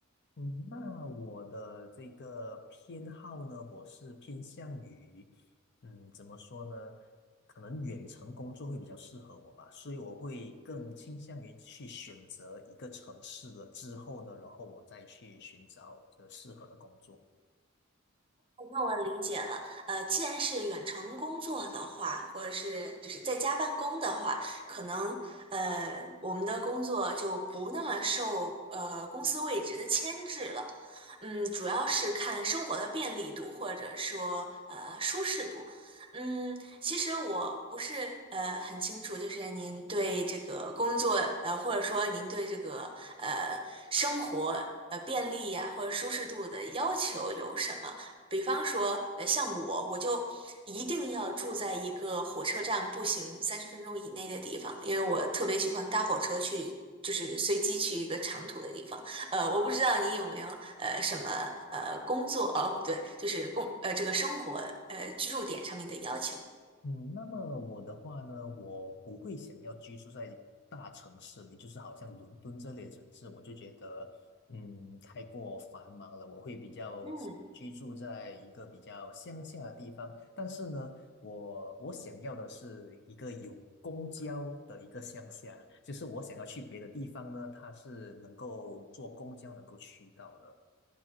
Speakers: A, on the left (about 55°); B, on the right (about 25°).
A: 嗯，那我的这个偏好呢，我是偏向于，嗯，怎么说呢？可能远程工作会比较适合我吧，所以我会更倾向于去选择一个城市了之后呢，然后我再去寻找这适合的工作。
B: 那我理解了，呃，既然是远程工作的话，或者是就是在家办公的话，可能呃我们的工作就不那么受呃公司位置的牵制了，嗯，主要是看生活的便利度或者说呃舒适度，嗯，其实我不是呃很清楚，就是您对这个工作呃或者说您对这个呃生活呃便利呀、或者舒适度的要求有什么？比方说，呃，像我，我就一定要住在一个火车站步行三十分钟以内的地方，因为我特别喜欢搭火车去，就是随机去一个长途的地方。呃，我不知道你有没有呃什么呃工作，哦，不对，就是工呃这个生活呃居住点上面的要求。
A: 嗯，那么我的话呢，我不会想要居住在大城市里，就是好像伦敦这类的城市，我就觉得，嗯，太过繁忙了。我会比较想居住在一个比较乡下的地方，
B: 嗯
A: 但是呢，我我想要的是一个有公交的一个乡下，就是我想要去别的地方呢，它是能够坐公交能够去到的。